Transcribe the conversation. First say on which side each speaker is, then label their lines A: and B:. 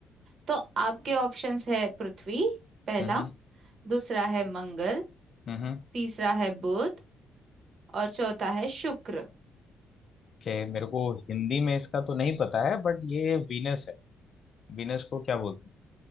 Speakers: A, on the right; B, on the left.
A: तो आपके ऑप्शंस है पृथ्वी पहला
B: हम्म
A: दूसरा है मंगल
B: हम्म
A: तीसरा है बुध और चौथा है शुक्र
B: कि मेरे को हिंदी में इसका तो नहीं पता है बट ये वीनस है वीनस को क्या बोलते हैं